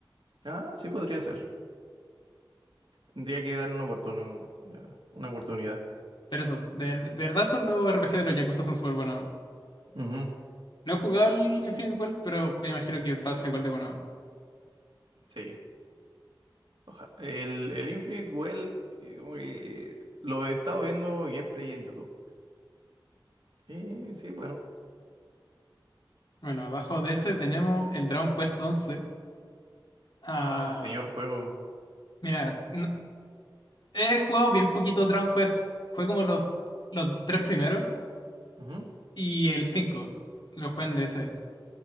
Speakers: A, on the right; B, on the left.
A: Ah, sí podría ser. Tendría que darle una oportun- una oportunidad.
B: Pero eso, de, de verdad son los RPG de los Yakuza son súper buenos.
A: Ujú,
B: No he jugado el Infinite World, pero me imagino que va a ser igual de bueno.
A: sí. Oja- El, el Infinite Well, que como que lo he estado viendo gameplay en YouTube. Y sí, bueno.
B: Bueno, abajo de ese tenemos el Dragon Quest once Ah,
A: Ah, señor juego.
B: mira, no- he jugado bien poquito Dragon Quest. Jugué como los, los tres primeros
A: Ujú.
B: y el cinco Lo jugué en DS.